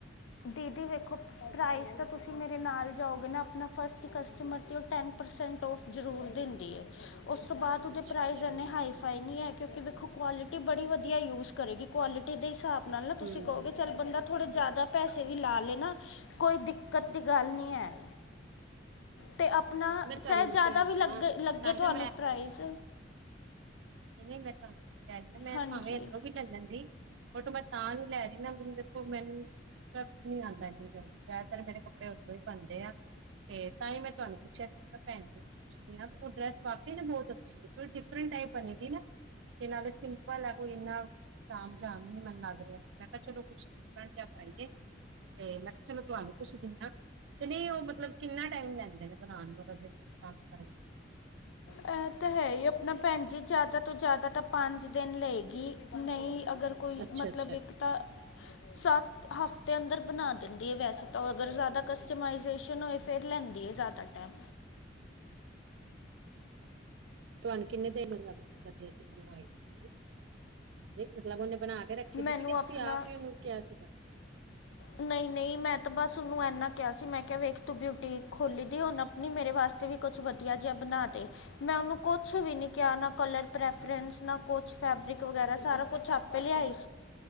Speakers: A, on the left; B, on the right.
A: ਦੀਦੀ ਵੇਖੋ ਪ੍ਰਾਈਜ਼ ਤਾਂ ਤੁਸੀਂ ਕਿਸੀ ਮੇਰੇ ਨਾਲ ਜਾਓਗੇ ਨਾ ਆਪਣਾ ਫਸਟ ਕਸਟਮਰ ਤੇ ਉਹ ਟੈਨ ਪਰਸੈਂਟ ਔਫ ਜ਼ਰੂਰ ਦਿੰਦੀ ਹੈ। ਉਸ ਤੋਂ ਬਾਅਦ ਉਹਦੇ
B: ਅੱਛਾ
A: ਪ੍ਰਾਈਜ਼
B: ਅੱਛਾ
A: ਇੰਨੇ ਹਾਈ ਫਾਈ ਨਹੀਂ ਹੈਗੇ। ਕਿਉਂਕਿ ਵੇਖੋ ਕੁਆਲਿਟੀ ਬੜੀ ਵਧੀਆ ਯੂਜ਼ ਕਰੇਗੀ ਕੁਆਲਿਟੀ ਦੇ ਹਿਸਾਬ ਨਾਲ ਨਾ
B: ਹੂੰ
A: ਤੁਸੀਂ ਕਹੋਗੇ ਚੱਲ ਬੰਦਾ ਥੋੜੇ ਜਿਆਦਾ ਪੈਸੇ ਵੀ ਲਾ ਲਏ ਨਾ ਕੋਈ ਦਿੱਕਤ ਦੀ ਗੱਲ ਨੀ ਹੈ। ਤੇ ਆਪਣਾ
B: ਮੈਂ ਤੁਹਾਨੂੰ
A: ਚਾਹੇ ਜ਼ਿਆਦਾ
B: ਉਹੀ ਕਹਿ ਰਹੀ
A: ਵੀ ਲੱਗ
B: ਹਾਂ ਨਾ
A: ਲੱਗੇ
B: ਤਾਂ
A: ਤੁਹਾਨੂੰ
B: ਹੀ ਤਾਂ
A: ਪ੍ਰਾਈਜ਼
B: ਨੀ ਨੀ ਮੈਂ ਤੁਹਾਨੂੰ ਕਹਿ ਮੈਂ
A: ਹਾਂਜੀ
B: ਭਾਵੇਂ ਇੱਧਰੋਂ ਵੀ ਲੈ ਲੈਂਦੀ ਬਟ ਮੈਂ ਤਾਂ ਨੀ ਲੈ ਰਹੀ ਨਾ ਦੇਖੋ ਮੈਨੂੰ ਟੱਸਟ ਨਹੀਂ ਆਉਂਦਾ ਇੰਨੀ ਜਲਦੀ ਜ਼ਿਆਦਾਤਰ ਮੇਰੇ ਕੱਪੜੇ ਉੱਰੋਂ ਹੀ ਪਂਦੇ ਆ ਤੇ ਤਾਂ ਹੀ ਮੈਂ ਤੁਹਾਨੂੰ ਪੁੱਛਿਆ ਸੀਗਾ ਭੈਣ ਨੂੰ ਪੁਛਦੀ ਹਾ ਉਹ ਡਰੈਸ ਵਾਕਈ ਬਹੁਤ ਅੱਛੀ ਪ੍ਰਿੰਟ ਟਾਈਪ ਵਾਲੇ ਨਾ ਤੇ ਨਾਲੇ ਸਿੰਪਲ ਹੈ ਕੋਈ ਇੰਨਾ ਤਾਮ ਜਾਮ ਹੀ ਨੀ ਮਨ ਲੱਗ ਰਿਹਾ ਸੀ ਮੈਂ ਕਿਹਾ ਚਲੋ ਕੁਛ ਡਿਫਰਟ ਜਾ ਪਾਈਏ। ਤੇ ਮੈਂ ਕਿਹਾ- ਚਲੋ ਤੁਹਾਨੂੰ ਪੁੱਛਦਾ ਹੈ ਤੇ ਨਹੀਂ ਉਹ ਮਤਲਬ ਕਿੰਨਾ ਟਾਈਮ ਲੈਂਦੇ ਨੇ ਬਣਾਉਣ ਨੂੰ ਅਗਰ ਜੇ ਮੈਂ ਪਸੰਦ ਕਰ
A: ਇਹ ਤਾਂ ਹੈ ਹੀ ਆਪਣਾ ਭੈਣ ਜੀ ਜ਼ਿਆਦਾ ਤੋਂ ਜ਼ਿਆਦਾ ਤਾਂ ਪੰਜ ਦਿਨ ਲਏਗੀ। ਨਹੀਂ ਅਗਰ ਕੋਈ
B: ਅੱਛਾ
A: ਮਤਲਬ
B: ਅੱਛਾ
A: ਇੱਕ ਤਾਂ, ਸੱਤ ਹਫ ਅੰਦਰ ਬਣਾ ਦਿੰਦੀ ਹੈ। ਵੈਸੇ ਤਾਂ ਅਗਰ ਜ਼ਿਆਦਾ ਕਸਟਮ ਹੋ ਫਰ ਲੈਂਦੀ ਆ। ਜ਼ਿਆਦਾ ਟਾਈਮ
B: ਤੁਹਾਨੂੰ ਕਿੰਨੇ ਦੇਰ ਮਤਲਬ ਲੱਗੇ ਸੀਏ ਸੀ। ਤੁਸੀਂ ਮਤਲਬ ਉਹਨੇ ਬਣਾ ਕੇ ਰੱਖੀ ਦੀ
A: ਮੈਨੂੰ
B: ਸੀਗੀ ਤੁਸੀਂ
A: ਆਪਣਾ
B: ਆਪ ਹੀ ਉਹਨੂੰ ਕਿਹਾ ਸੀਗਾ।
A: ਨਹੀਂ ਨਹੀਂ ਮੈਂ ਤਾਂ ਬਸ ਉਹਨੂੰ ਇਨਾ ਕਿਹਾ ਸੀ ਮੈਂ ਕਿਹਾ ਵੇਖ ਤੂੰ ਬਿਊਟੀਕ ਖੋਲੀ ਦੀ ਉਹਨ ਆਪਣੀ ਮੇਰੇ ਵਾਸਤੇ ਵੀ ਕੁਛ ਵਧੀਆ ਜਿਹਾ ਬਣਾ ਦੇ ਮੈਂ ਉਹਨੂੰ ਕੁਛ ਵੀ ਨੀ ਕਿਹਾ ਨਾ ਕਲਰ ਪ੍ਰੈਫਰੈਂਸ ਨਾ ਕੁਛ ਫੈਬਰਿਕ ਵਗੈਰਾ ਸਾਰਾ ਕੁਛ ਆਪੇ ਲਿਆਈ।